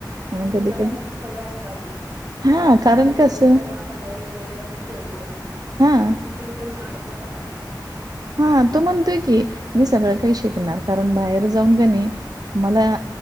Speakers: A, on the right (about 55°); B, on the right (about 40°).
A: मग
B: आणि मुलांना
A: कधी कधी
B: तशी सवय असावी
A: हां,
B: बाय चान्स
A: कारण
B: भविष्यात
A: कसं
B: त्यांना बाहेर वगैरे आपण ठेवलं
A: हां,
B: तर ती कुणीकडून आडता कामा नाहीत
A: हा तो म्हणतोय की मी सगळं काही शिकणार कारण बाहेर जाऊन का नाही. मला